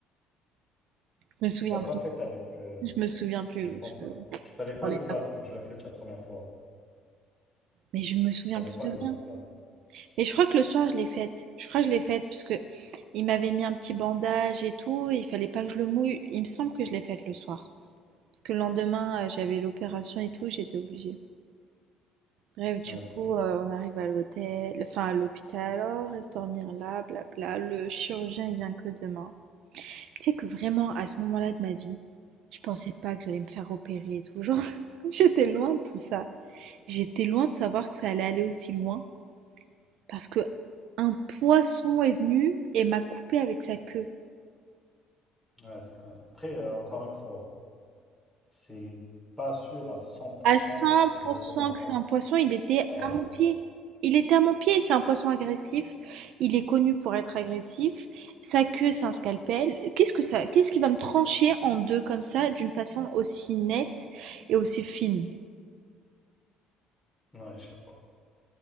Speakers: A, on the right; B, in the centre.
A: Je me souviens
B: Tu l'as pas
A: plus.
B: faite avec. euh,
A: Je me souviens plus,
B: je pense pas.
A: je
B: Tu t'avais
A: je
B: pas
A: parlais
B: le plâtre
A: pas
B: quand tu l'as faite la première fois.
A: mais je me souviens
B: T'avais
A: plus
B: pas
A: de
B: le gros
A: rien.
B: plâtre.
A: Mais je crois que le soir, je l'ai faite. Je crois que je l'ai faite parce que il m'avait mis un petit bandage et tout. et il fallait pas que je le mouille. Il me semble que je l'ai faite le soir. Parce que le lendemain, euh, j'avais l'opération et tout, j'étais obligée. Bref, du
B: Ouais,
A: coup,
B: peut-être.
A: euh, on arrive à l'hôtel, enfin à l'hôpital. Alors reste dormir là, blabla. Le chirurgien, il vient que demain. Tu sais que vraiment, à ce moment-là de ma vie, je pensais pas que j'allais me faire opérer et tout. Genre, <laughs> j'étais loin de tout ça. J'étais loin de savoir que ça allait aller aussi loin. Parce que un poisson est venu et m'a coupé avec sa queue.
B: Ouais, c'est quand même- Après, euh, encore une fois, c'est pas sûr à 100%
A: À cent
B: que c'est exactement
A: pour cent
B: ça
A: que c'est
B: l'histoire.
A: un poisson, il était
B: Ouais,
A: à mon
B: ouais.
A: pied. Il était à mon pied, c'est un poisson agressif, il est connu pour être agressif, sa queue c'est un scalpel. Qu'est-ce que ça, qu'est-ce qui va me trancher en deux comme ça d'une façon aussi nette et aussi fine?
B: Ouais, je sais pas.